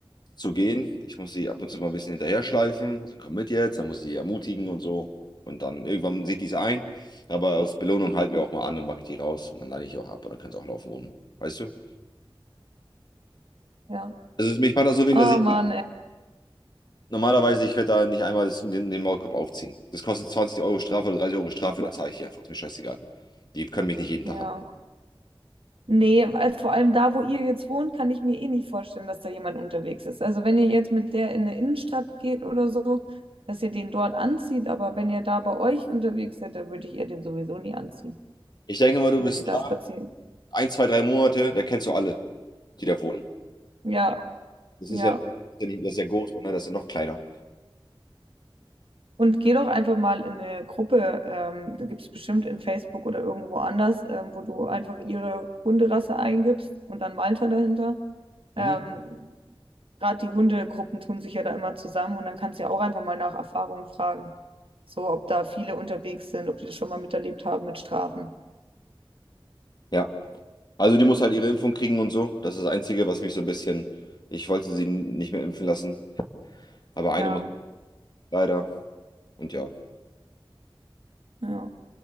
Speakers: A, on the left; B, on the right.
A: zu gehen. Ich muss sie ab und zu mal ein bisschen hinterher schleifen. Dann komm mit jetzt, dann muss ich sie ermutigen und so. Und dann irgendwann sieht die es ein. Aber aus Belohnung halten wir auch mal an und mache ich die raus. Und dann lade ich auch ab und dann kann es auch laufen ohne. Weißt du?
B: Ja.
A: Also es- mich macht das so wegen
B: Ah,
A: der Sicherheit.
B: Mann, ey.
A: Normalerweise, ich werde da nicht einmal das, den, den Maulkorb aufziehen. Das kostet 20 Euro Strafe oder 30 Euro Strafe, dann zahle ich die einfach. Ist mir scheißegal. Die können mich nicht jeden
B: Ja.
A: Tag haben.
B: Nee, weil vor allem da, wo ihr jetzt wohnt, kann ich mir eh nicht vorstellen, dass da jemand unterwegs ist. Also wenn ihr jetzt mit der in eine Innenstadt geht oder so, dass ihr den dort anzieht, aber wenn ihr da bei euch unterwegs seid, dann würde ich ihr den sowieso nie anziehen,
A: Ich denke mal, du
B: wenn
A: bist
B: ihr da
A: da,
B: spazieren
A: ein, zwei, drei Monate, da kennst du alle, die da wohnen.
B: geht. Ja,
A: Das
B: ja.
A: ist ja, noch- das ist ja, nicht, das ist ja groß, oder? Das ist ja noch kleiner.
B: Und geh doch einfach mal in eine Gruppe, ähm, da gibt es bestimmt in Facebook oder irgendwo anders, ähm, wo du einfach ihre Hunderasse eingibst und dann Malta dahinter. Ähm,
A: Mhm.
B: gerade die Hundegruppen tun sich ja da immer zusammen und dann kannst du ja auch einfach mal nach Erfahrung fragen. So, ob da viele unterwegs sind, ob die das schon mal miterlebt haben mit Strafen.
A: Ja, also die muss halt ihre Impfung kriegen und so. Das ist das Einzige, was mich so ein bisschen. Ich wollte sie nicht mehr impfen lassen, aber eine
B: Ja,
A: muss leider. Und ja,
B: ja.